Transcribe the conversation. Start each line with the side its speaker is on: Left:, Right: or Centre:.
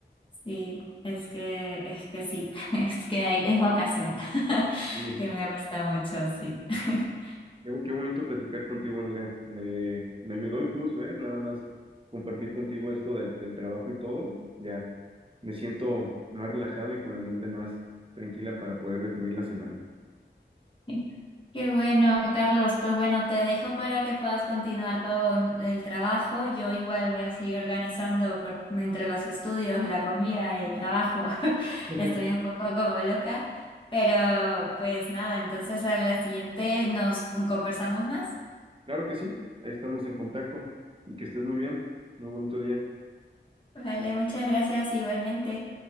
Left: Sí, es que, es que sí, <laughs> es que hay, es vocación, <laughs>
Right: Sí,
Left: que me gusta mucho, sí. <laughs>
Right: Qué, qué bonito platicar contigo, Andrea. Me, me ayudó incluso, ¿eh? Nada más compartir contigo esto del, del trabajo y todo. Ya me siento más relajado y con la mente más tranquila para poder definir la semana.
Left: <laughs> Qué bueno, Carlos. Pues bueno, te dejo para que puedas continuar con el trabajo. Yo igual voy a seguir organizando por- entre los estudios, la comida, el trabajo. <laughs>
Right: <laughs>
Left: Estoy un poco como loca, pero pues nada, entonces a la siguiente nos conversamos más.
Right: Claro que sí, ahí estamos en contacto y que estés muy bien. Muy bonito día.
Left: Vale, muchas gracias igualmente.